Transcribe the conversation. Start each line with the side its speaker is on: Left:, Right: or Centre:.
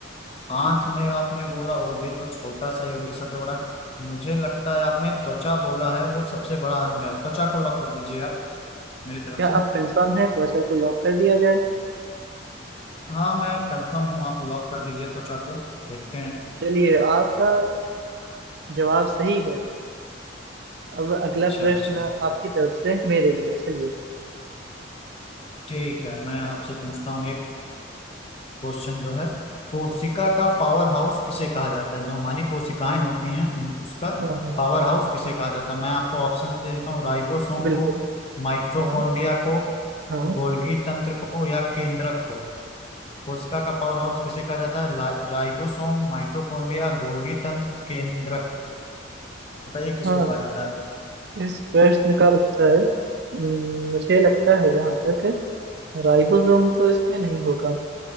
Left: आंख ने आपने बोला वो भी तो छोटा सा ही होगी सबसे बड़ा मुझे लगता है आपने त्वचा बोला है वो सबसे बड़ा अंग है त्वचा को लॉक कर दीजिए आप मेरी तरफ
Right: क्या
Left: से
Right: आप कंफर्म है त्वचा को लॉक कर दिया जाए
Left: हाँ मैं कंफर्म हूँ आप लॉक कर दीजिए त्वचा को देखते हैं
Right: चलिए आपका जवाब सही है अब अगला
Left: अच्छा
Right: प्रश्न
Left: अच्छा
Right: आपकी तरफ से मेरे लिए चलिए
Left: ठीक है मैं आपसे पूछता हूँ एक क्वेश्चन जो है कोशिका का पावर हाउस किसे कहा जाता है जो हमारी कोशिकाएं होती हैं उन- उसका
Right: हाँ हाँ
Left: पावर हाउस किसे कहा जाता है मैं आपको ऑप्शन दे देता हूँ राइबोसोम
Right: बिल्कुल
Left: को माइटोकॉन्ड्रिया
Right: हाँ
Left: को
Right: हाँ
Left: गोल्गी तंत्र को या केंद्रक को कोशिका का पावर हाउस किसे कहा जाता है ला- राइबोसोम माइटोकॉन्ड्रिया गोल्गी तंत्र केंद्रक बताइए किसको
Right: हाँ
Left: कहा जाता है
Right: इस प्रश्न का उत्तर हम्म, मुझे लगता है जहाँ तक राइबोसोम तो इसमें नहीं होगा